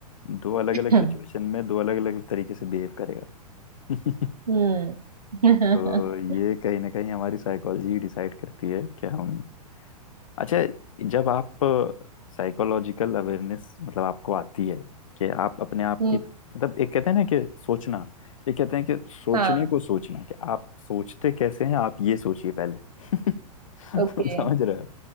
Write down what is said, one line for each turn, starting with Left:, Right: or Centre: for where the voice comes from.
Left: दो अलग
Right: <laughs>
Left: अलग सिचुएशन में दो अलग अलग तरीके से बिहेव करेगा
Right: हम्म
Left: <laughs>
Right: <laughs>
Left: तो ये
Right: हम्म
Left: कहीं ना कहीं हमारी साइकोलॉजी डिसाइड करती है कि हम अच्छा जब आप साइकोलॉजिकल अवेयरनेस मतलब आपको आती है कि आप अपने आप
Right: हम्म
Left: की मतलब एक कहते हैं ना कि सोचना एक कहते हैं कि सोचने
Right: हाँ
Left: को सोचना कि आप सोचते कैसे हैं आप ये सोचिए पहले <laughs> <laughs> तुम
Right: ओके
Left: समझ रहे हो